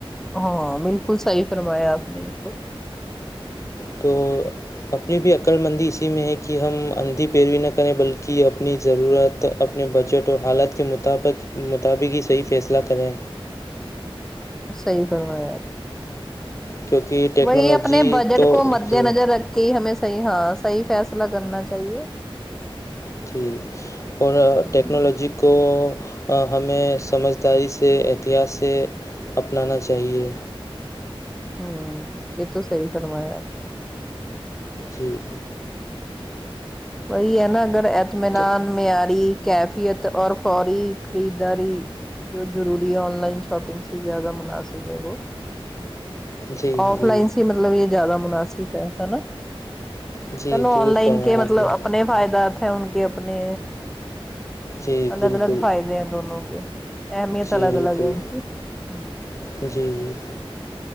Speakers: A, in the centre; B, on the left.
A: ہاں بالکل صحیح فرمایا آپ نے تو
B: تو اپنی بھی عقڑ مندی اسی میں ہے کہ ہم اندھی پیروی نہ کریں بلکہ اپنی ضرورت اپنے بجٹ اور حالات کے مطابق مطابق ہی صحیح فیصلہ کریں
A: صحی کروایا آپ
B: کیونکہ ٹیکنالوجی
A: وہی اپنے بجٹ
B: تو
A: کو مد
B: جی
A: نظر رکھ کے ہی ہمیں صحیح ہاں صحیح فیصلہ کرنا چاہیے
B: جی اور
A: ہوں
B: ٹیکنالوجی کو ہمیں سمجھداری سے احتیاط سے اپنانا چاہیے
A: ہوں یہ تو سحی فرمایاار
B: جی
A: وہی ہے نا اگر ایتمینان
B: تو
A: معیاری کیفیت اور فوری خریداری جو ضروری ہے آن لائن شاپنگ سے زیادہ مناسب ہے وہ
B: جی
A: آف
B: جی
A: لائن سے مطلب یہ زیادہ مناسب ہے ہے نا
B: جی
A: چلو
B: درست
A: آن لائن
B: فرما
A: کے
B: ہے
A: مطلب
B: اپ نے
A: اپنے فائدات ہیں ان کے اپنے
B: جی
A: الگ
B: بالکل
A: الگ فائدے ہیں دونوں کے احمیت
B: جی
A: الگ
B: بالکل
A: الگ ہے ان کی ہ
B: جی جی